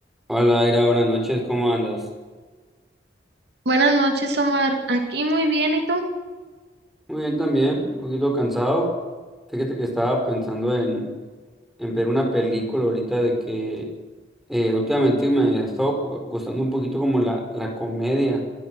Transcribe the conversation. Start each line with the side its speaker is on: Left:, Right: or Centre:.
Centre: Hola, Ira, buenas noches, ¿cómo andas?
Right: Buenas noches, Omar. Aquí muy bien, ¿y tú?
Centre: Muy bien también, un poquito cansado. Fíjate que estaba pensando en, en ver una película ahorita de que eh, últimamente me ha estado pu- gustando un poquito como la, la comedia.